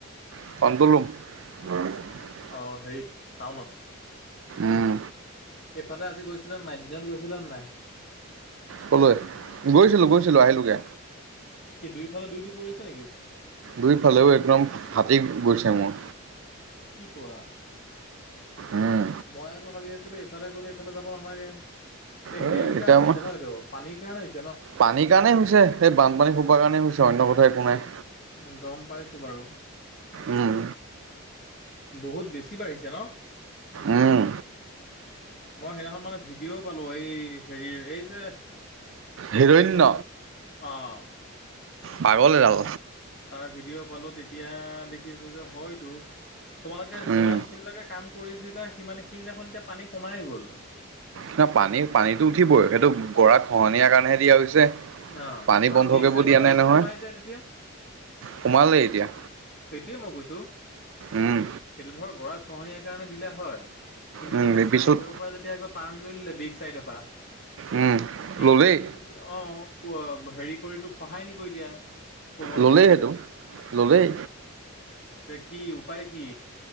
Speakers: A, on the right (about 60°); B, on the left (about 40°).
A: <unintelligible>
B: অ', হেৰিত টাউনত
A: উম
B: এইফালে আজি গৈছিলে নে নাই? দিনত গৈছিলে নে নাই?
A: ক'লৈ? গৈছিলোঁ, গৈছিলোঁ আহিলগে।
B: কি দুইফালৰ ডিউটি পৰি আছে নেকি?
A: দুইফালেও একদম হাতীক গৈছে মোৰ।
B: কি কোৱা।
A: উম
B: মই আকৌ ভাবি আছিলো, এইফালে গ'লে এইফালে যাব নালাগে। এই
A: এ
B: হেৰিৰ
A: এতিয়া
B: কাৰণে হৈছে
A: মই
B: ন' এইটো পানীৰ কাৰণে হৈছ
A: পানীৰ কাৰণেই হৈছে, হে বানপানী খোপাৰ কাৰণেই হৈছে অন্য কথাই একো নাই।
B: উম, গম পাইছোঁ বাৰু।
A: উম
B: বহুত বেছি বাঢ়িছে ন'?
A: উম
B: মই সেইদিনাখন মানে ভিডিঅ' পালোঁ এই হেৰিৰ এই যে
A: হিৰণ্য
B: সদস্যটোৰ, অহ।
A: পাগল এডাল।
B: তাৰ ভিডিঅ' পালোঁ তেতিয়া দেখিছোঁ যে হয়টো। তোমালোকে যিমানখিনিলৈকে
A: উম,
B: কাম কৰিছিলা, সিমানখিনি দেখোন এতিয়া পানী সোমাই গ'ল।
A: তা পানী পানীটো উঠিবই সেইটো গৰাখহনীয়াৰ
B: উম
A: কাৰণেহে দিয়া হৈছে।
B: অঁ
A: পানী
B: নহয়
A: বন্ধ
B: বেক
A: কৰিব
B: চাইডৰ
A: দিয়া
B: পৰা
A: নাই
B: যদি
A: নহয়,
B: সোমাই যায় তেতিয়া
A: সোমালেই এতিয়া।
B: সেইটোৱে মই কৈছোঁ,
A: উম।
B: সেইটো ধৰ গৰা খহনীয়াৰ কাৰণে দিলা হয়। কিন্তু
A: উম,
B: যেতিয়া চাইডৰ
A: পিছত
B: পৰা যেতিয়া আকৌ টাৰ্ণ লৈ ল'লে বেক চাইডৰ পৰা।
A: উম,
B: সেই
A: ল'লেই
B: মাটিটো যদি অ', ক' হেৰি কৰিটো খহাই নিব এতিয়া। কোমল
A: ল'লেই
B: কৰি
A: সেইটো,
B: কৰি
A: ল'লেই।
B: এতিয়া কি? উপায় কি?